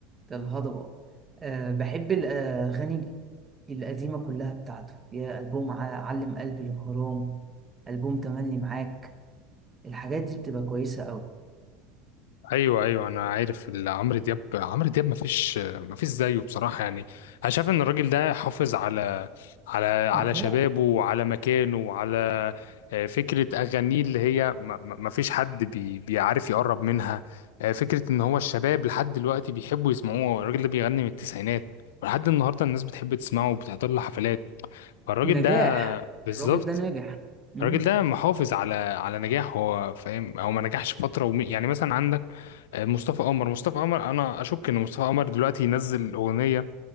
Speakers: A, on the right (about 20°); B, on the left (about 80°).
A: ده الهضبة آه بحب الأغاني القديمة كلها بتاعته يا ألبوم ع- علم قلبي الغرام ألبوم تملي معاك الحاجات دي بتبقى كويسة أوي
B: ايوه ايوه انا عارف ال- عمرو دياب عمرو دياب ما فيش ما فيش زيه بصراحه يعني انا شايف ان الراجل ده حافظ على على على
A: نجاة
B: شبابه وعلى مكانه وعلى آه، فكره اغانيه اللي هي ما ما- ما فيش حد بي بيعرف يقرب منها آه، فكره ان هو الشباب لحد دلوقتي بيحبوا يسمعوه الراجل ده بيغني من التسعينات ولحد النهارده الناس بتحب تسمعه وبتحضر له حفلات فالراجل
A: نجاح
B: ده بالظبط
A: الراجل ده ناجح مم.
B: الراجل ده محافظ على على نجاح هو فاهم هو ما نجحش فتره وم... يعني مثلا عندك آه، مصطفى قمر مصطفى قمر انا اشك ان مصطفى قمر دلوقتي ينزل اغنيه